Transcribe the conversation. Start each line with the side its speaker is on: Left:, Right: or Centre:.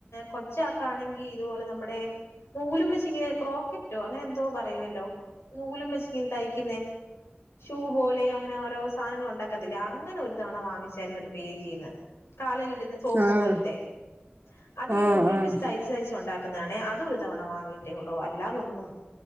Left: കൊച്ച ആക്കണെങ്കി ഇതുപോലെ നമ്മുടെ- നൂലും വച്ചിങ്ങനെ ക്രോക്കറ്റോ അങ്ങനെ എന്തോ പറയുവല്ലോ നൂലും വച്ച് തയ്ക്കുന്ന ഷൂ പോലെ അങ്ങനെ ഓരോ സാധനങ്ങ ഉണ്ടാക്ക- ത്തില്ല അങ്ങനെ ഒരു തവണ വാങ്ങിച്ചായിരുന്നു ഒരു പേജീന്ന് കാലൽ ഇടുന്ന സോക്സ്
Right: ആഹ്
Left: പോലത്തെ അതിങ്ങനെ
Right: ഓഹ്
Left: നൂലും
Right: ഓഹ്
Left: വച്ച് തയ്ച്ച് തയ്ച്ച് ഉണ്ടാക്കുന്നതാണേ അതൊരു തവണ വാങ്ങിട്ടേ ഉള്ളൂ അല്ലാതൊന്നും